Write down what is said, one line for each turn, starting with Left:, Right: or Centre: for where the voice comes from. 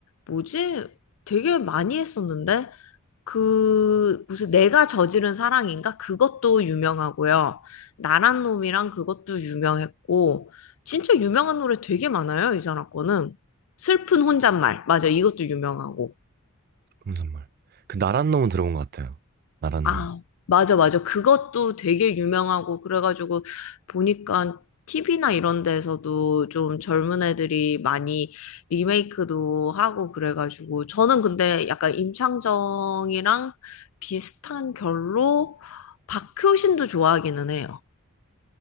Left: 뭐지? 되게 많이 했었는데 그 무슨 내가 저지른 사랑인가? 그것도 유명하고요. 나란 놈이랑 그것도 유명했고 진짜 유명한 노래 되게 많아요, 이 사람 거는. 슬픈 혼잣말. 맞아, 이것도 유명하고.
Right: 검정말. 그 나란 놈은 들어본 것 같아요. 나란
Left: 아,
Right: 놈.
Left: 맞아, 맞아. 그것도 되게 유명하고, 그래가지고, 보니까 TV나 이런 데서도 좀 젊은 애들이 많이 리메이크도 하고, 그래가지고, 저는 근데 약간 임창정이랑 비슷한 결로 박효신도 좋아하기는 해요.